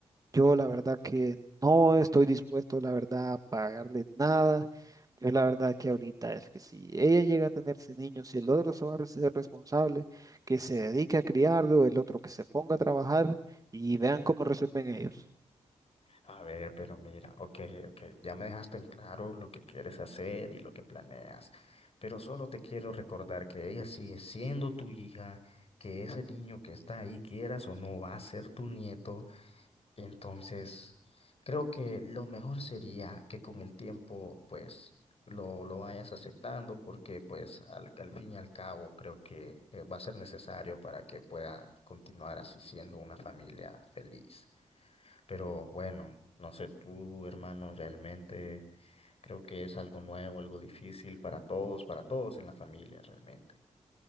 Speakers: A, on the right (about 25°); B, on the left (about 50°).
A: Yo la verdad que no estoy dispuesto, la verdad, a pagarle nada. Yo la verdad que ahorita es que si ella llega a tener ese niño, si el otro se va a ser responsable, que se dedique a criarlo, el otro que se ponga a trabajar y vean cómo resuelven ellos.
B: A ver, pero mira, ok, ok, ya me dejaste en claro lo que quieres hacer y lo que planeas, pero solo te quiero recordar que ella sigue siendo tu hija, que ese niño que está ahí, quieras o no, va a ser tu nieto, entonces creo que lo mejor sería que con el tiempo, pues, lo, lo vayas aceptando, porque pues al, al fin y al cabo creo que eh, va a ser necesario para que pueda continuar así siendo una familia feliz. Pero bueno, no sé tú, hermano, realmente creo que es algo nuevo, algo difícil para todos, para todos en la familia, realmente.